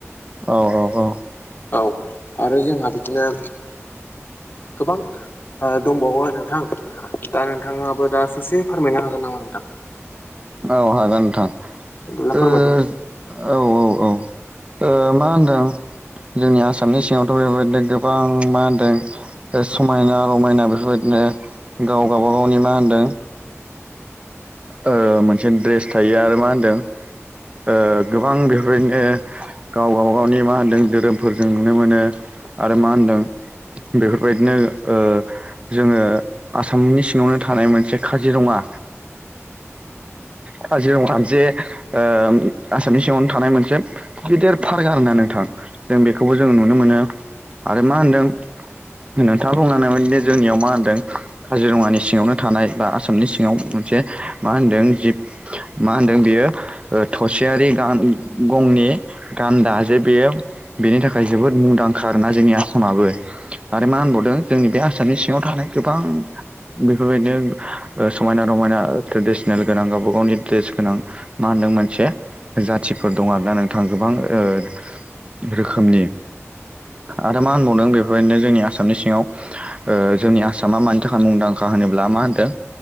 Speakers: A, on the right; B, on the left.
A: औ औ औ
B: औ आरो जोंहा बिदिनो गोबां ओ दंबावो नोंथां। दा नोंथाङाबो दा ससे फोरमायनो हागोन नामा नोंथां?
A: औ हागोन नोंथां।
B: नोंथाङा फोरमायदो।
A: ओ औ औ औ ओ मा होनदों जोंनि आसाम आसामनि सिङावथ' बेबायदिनो गोबां मा होनदों समायना रमायना बेफोरबायदिनो गाव गावबागावनि मा होनदों ओ मोनसे ड्रेस थायो आरो मा होनदों ओ गोबां बेफोरबादिनो गाव गावबा गावनि मा होन्दों धोरोमफोरजों नुनो मोनो आरो मा होनदों बेफोरबायदिनो ओ जोङो आसामनि सिङावनो थानाय मोनसे काजिरङा काजिरङा जे ओ आसामनि सिङावनो थानाय मोनसे गिदिर फार्क आरो ना नोंथां। जों बेखौबो जोङो नुनो मोनो आरो मा होनदों नोंथाङा बुंलांनाय बारदिनो जोंनियाव मा होनदों। काजिरङानि सिङावनो थानाय बा आसामनि सिङाव मोनसे मा होनदों जिब मा होनदों बियो ओ थसेयारि गान गंनि गान्दा जे बेयो बेनि थाखाय जोबोद मुंदांखा आरोना जोंनि आसामाबो। आरो मा होनबावदों जोंनि बे आसामनि सिङाव थानाय गोबां बेफोरबायदिनो ओ समायना रमायना ओ ट्रेडिसनेल गोनां गावबा गावनि ड्रेस गोनां मा होनदों मोनसे जाथिफोर दं आरोना नोंथां गोबां ओ रोखोमनि आरो मा होनबावदों बेफोरबायदिनो जोंनि आसामनि सिङाव ओ जोंनि आसामा मानि थाखाय मुंदांखा होनोब्ला मा होनदों